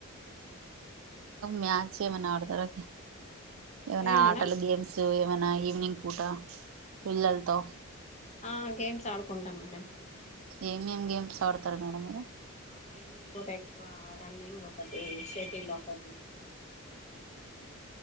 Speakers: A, on the right; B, on the left.
A: మ్యాచ్ ఏమైనా ఆడు తారా ఏమైనా
B: ఏ మేడం
A: ఆటలు గేమ్స్ ఏమైనా ఈవినింగ్ పూట పిల్లలతో
B: ఆ గేమ్స్ ఆడుకుంటాం మేడమ్
A: ఏమేం గేమ్స్ ఆడతారు మేడం మీరు
B: మా ఈవినింగ్ పూట ఎక్కువ రన్నింగ్ ఒకటి షటిల్ ఒకటి